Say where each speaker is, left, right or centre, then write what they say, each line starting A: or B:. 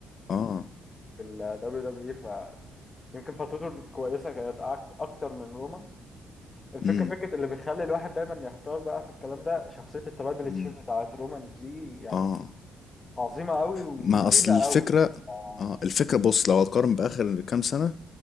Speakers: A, on the left; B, on the left.
A: اه
B: في ال WWE فيمكن فترته الكويسه كانت أك- اكتر من رومان الفكره
A: امم
B: فكره اللي بيخلي الواحد دايما يحتار بقى في الكلام ده شخصيه الترايبل
A: امم
B: تشيف بتاعت رومان دي يعني
A: اه
B: عظيمه قوي ومهيبه
A: ما اصل الفكرة
B: قوي اه
A: اه الفكرة بص لو هتقارن بآخر كام سنة